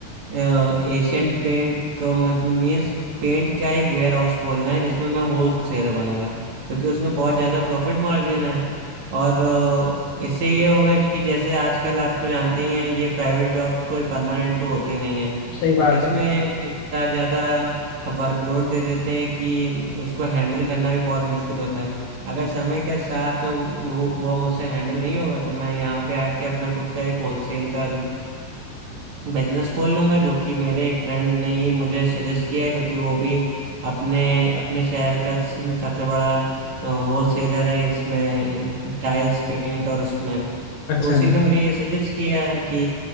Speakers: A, on the right; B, on the left.
A: एशियन पेंट का मतलब मीन्स पेंट का एक वेयर हाउस खोलना है जिसमें मैं होल सेलर बनूंगा क्योंकि उसमें बहुत ज़्यादा प्रॉफिट मार्जिन है और अ, इससे ये होगा कि जैसे आजकल आप तो जानते ही हैं ये प्राइवेट जॉब्स कोई परमानेंट तो होती नहीं है
B: सही बात
A: और इसमें
B: है
A: इतना ज़्यादा वर्कलोड दे देते हैं कि उसको हैंडल करना भी बहुत मुश्किल होता है अगर समय के साथ वो वो मुझसे हैंडल नहीं होगा तो मैं यहाँ पे आके अपना खुद का एक होलसेल का बिजनेस खोल लूंगा जो कि मेरे एक फ्रेंड ने ही मुझे सजेस्ट किया है क्योंकि वो भी अपने अपने शहर का स- सबसे बड़ा होल सेलर है इसमें टाइल्स पेंट और उसमें
B: अच्छा
A: तो उसी ने मुझे ये सजेस्ट किया है कि